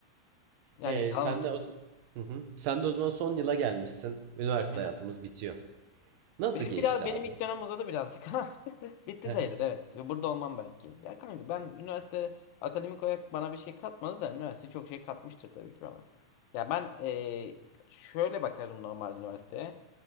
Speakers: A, on the left; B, on the right.
A: Yani
B: E sen
A: yalan atıyor.
B: de o... Hı hı. Sen de o zaman son yıla gelmişsin. Üniversite
A: Aynen.
B: hayatımız bitiyor. Nasıl
A: Benim
B: geçti
A: biraz benim
B: abi?
A: ilk dönem uzadı birazcık <laughs> ama bitti
B: <laughs>
A: sayılır evet. Burada olmam belki. Ya kanka ben üniversite akademik olarak bana bir şey katmadı da üniversite çok şey katmıştır tabii ki bana. Ya ben eee, şöyle bakarım normal üniversiteye.